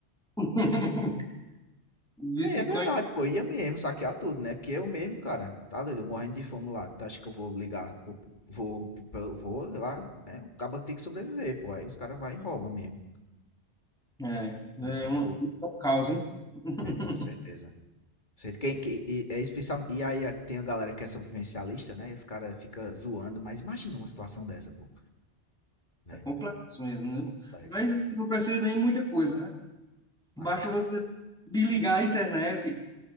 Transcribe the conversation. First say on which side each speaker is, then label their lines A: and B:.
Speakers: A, in the centre; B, on the left (about 45°).
A: <laughs> Bitcoin
B: É, é verdade, pô, ia mesmo saquear tudo, né? Porque eu mesmo, cara, tá doido, eu morrendo de fome lá. Tu acha que eu vou ligar, vou, vou, vou lá, né? O cabo tem que sobreviver, pô. Aí os caras vai e rouba mesmo.
A: é,
B: Isso
A: é
B: é
A: um,
B: fogo.
A: é um caos, hein? <laughs>
B: É, com certeza. Sei que, que, e, é especial, e aí a- tem a galera que é sobrevivencialista, né? E os caras ficam zoando, mas imagina uma situação dessa, pô, né?
A: É complexo mesmo,
B: Complexo.
A: né? Mas assim, não precisa nem muita coisa, né?
B: Ah,
A: Basta
B: com certeza.
A: você desligar a internet